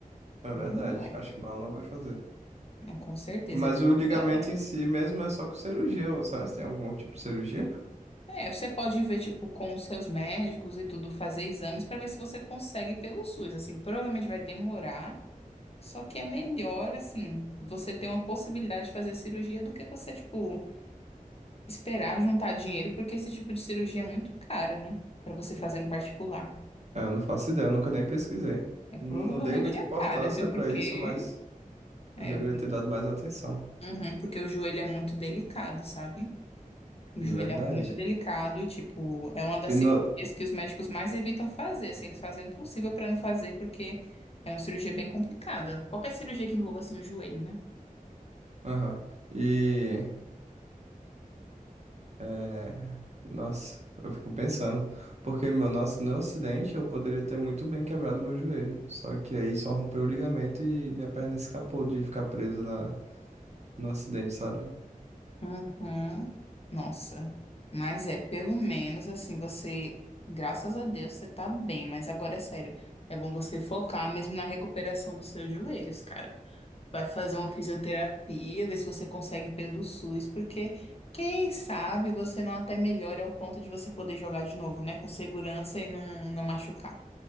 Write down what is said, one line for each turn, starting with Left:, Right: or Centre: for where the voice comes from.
Right: é
Left: Não
Right: verdade.
Left: vai.
Right: Acho que mal não vai fazer.
Left: Não, com certeza,
Right: Mas
Left: é bom
Right: o ligamento
Left: você olhar.
Right: em si mesmo é só com cirurgia. ou Será que tem algum tipo de cirurgia?
Left: É, você pode ver, tipo, com os seus médicos e tudo, fazer exames para ver se você consegue pelo SUS. Assim, provavelmente vai demorar. Só que é melhor, assim, você ter uma possibilidade de fazer cirurgia do que você, tipo, esperar juntar dinheiro, porque esse tipo de cirurgia é muito cara, né? Pra você fazer no particular.
Right: É, Eu não faço ideia, eu nunca nem pesquisei.
Left: É provavelmente
Right: Não dei muita
Left: é
Right: importância
Left: cara, viu?
Right: pra
Left: Porque
Right: isso, mas
Left: é,
Right: eu deveria ter dado mais atenção.
Left: uhum, porque o joelho é muito delicado, sabe? O
Right: De
Left: joelho
Right: verdade.
Left: é algo muito delicado e, tipo, é uma das
Right: E
Left: cirurgias
Right: no...
Left: que os médicos mais evitam fazer. Assim, eles fazem o possível pra não fazer, porque é uma cirurgia bem complicada. Qualquer cirurgia que envolva, assim, o joelho, né?
Right: Aham. E É, nossa, eu fico pensando, porque meu, nosso, no acidente eu poderia ter muito bem quebrado meu joelho, só que aí só rompeu o ligamento e minha perna escapou de ficar presa na, no acidente, sabe?
Left: Uhum. Nossa, mas é, pelo menos assim, você, graças a Deus, você tá bem, mas agora é sério, é bom você focar mesmo na recuperação dos seus joelhos, cara. Vai fazer uma fisioterapia, ver se você consegue pelo SUS, porque quem sabe você não até melhora ao ponto de você poder jogar de novo, né, com segurança e não, não machucar.